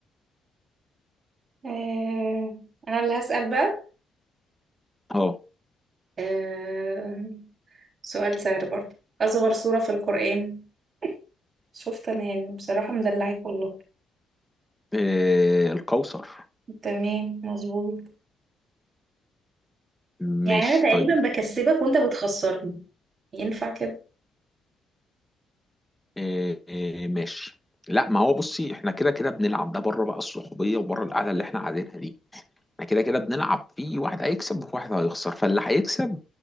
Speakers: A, on the right; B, in the centre.
A: آه... انا اللي هسأل بقى
B: اهو
A: آه... سؤال سهل برضه اصغر سورة في القرآن شفت انا يعني بصراحة مدلعك والله
B: آه، القوصر
A: تمام مظبوط
B: ماشي
A: يعني انا تقريبا
B: طيب
A: بكسبك وانت بتخسرني ينفع كده
B: آه، آه، ماشي لا ما هو بصي احنا كده كده بنلعب ده بره بقى الصحوبيه وبره القعده اللي احنا قاعدينها دي احنا كده كده بنلعب في واحد هيكسب وواحد هيخسر فاللي هيكسب